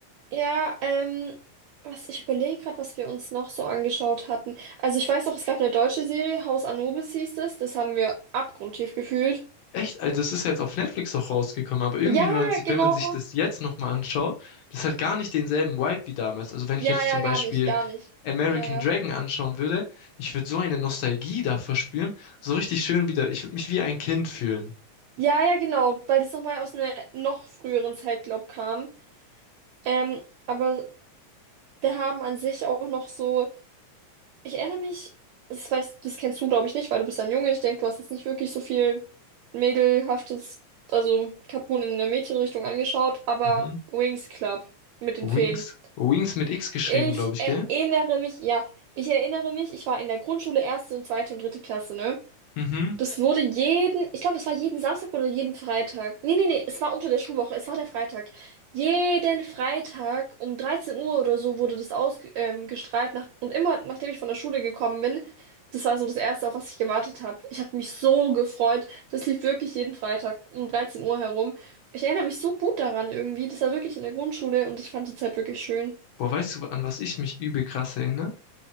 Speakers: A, on the right; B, on the left.
A: Ja, ähm, was ich überlege gerade, was wir uns noch so angeschaut hatten. Also ich weiß noch, es gab eine deutsche Serie, Haus Anubis hieß es. Das haben wir abgrundtief gefühlt.
B: Echt, also das ist ja jetzt auf Netflix auch rausgekommen, aber irgendwie,
A: Ja,
B: wenn man, si-,
A: genau.
B: wenn man sich das jetzt nochmal anschaut, das hat gar nicht denselben Vibe wie damals. Also wenn
A: Ja,
B: ich jetzt
A: ja,
B: zum Beispiel
A: gar nicht, gar nicht.
B: American
A: Ja, ja.
B: Dragon anschauen würde, ich würde so eine Nostalgie da verspüren, so richtig schön wieder, ich würde mich wie ein Kind fühlen.
A: Ja, ja, genau, weil das nochmal aus einer noch früheren Zeit, glaub, kam. Ähm, aber wir haben an sich auch noch so. Ich erinnere mich, das weißt, das kennst du, glaube ich, nicht, weil du bist ein Junge. Ich denke, du hast jetzt nicht wirklich so viel mädelhaftes, also Capone in der Mädchenrichtung angeschaut, aber
B: Mhm.
A: Wings Club mit den
B: Wings.
A: Feen.
B: Wings mit X geschrieben,
A: Ich
B: glaube ich,
A: erinnere
B: gell?
A: mich, ja, ich erinnere mich, ich war in der Grundschule erste und zweite und dritte Klasse, ne?
B: Mhm.
A: Das wurde jeden, ich glaube, es war jeden Samstag oder jeden Freitag. Nee, nee, nee, es war unter der Schulwoche, es war der Freitag. Jeden Freitag um 13 Uhr oder so wurde das ausgestrahlt. Ähm, gestrahlt nach, und immer, nachdem ich von der Schule gekommen bin, das war so das Erste, auf was ich gewartet habe. Ich habe mich so gefreut. Das lief wirklich jeden Freitag um 13 Uhr herum. Ich erinnere mich so gut daran irgendwie. Das war wirklich in der Grundschule und ich fand die Zeit wirklich schön.
B: Boah, weißt du, an was ich mich übel krass erinnere?